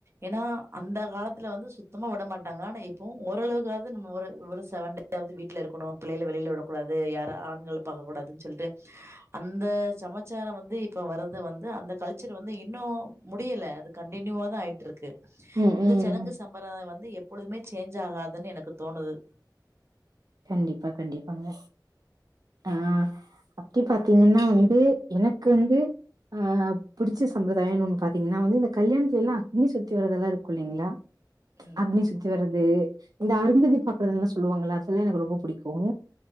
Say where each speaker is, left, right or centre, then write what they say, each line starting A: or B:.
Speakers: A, on the right; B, on the right.
A: ஏன்னா அந்த காலத்து ல வந்து சுத்தமா விட மாட்டாங்க ஆனா இப்போ ஓரளவு து நம ஒரு ஒரு சன்டேவாது வீட்ல இருக்கணும் பிள்ளைல வெளியில விட கூடாது யாரும் ஆண்கள பாக்க கூடாது சொல்லிட்டு அந்த சம கலச்சாரம் வந்து இப்ப வரது வந்து அந்த கல்ச்சர் வந்து இன்னும் முடியல அது கண்டினியூவா தான் ஆயிட்டு இருக்கு
B: ம்
A: இந்த
B: ம்
A: சடங்கு சம்பரதாயம் வந்து எப்பொழுதுமே சேஞ்ச் ஆகாதுன்னு எனக்கு தோனுது
B: கண்டிப்பா கண்டிப்பாங்க ஆ அப்டி பாத்தீங்கன்னா வந்து எனக்கு வந்து ஆ பிடிச்ச சம்பிரதாயம்னு ஒண்ணு பாத்தீங்கன்னா வந்து இந்த கல்யாணத்துல எல்லாம அக்னி சுத்தி வர்றதெல்லாம் இருக்கும் இல்லங்களா
A: ம்
B: அக்னி சுத்தி வர்றது இந்த அருந்ததி பாக்குறதுல்லா சொல்லுவாங்களா அதுலா எனக்கு ரொம்ப பிடிக்கு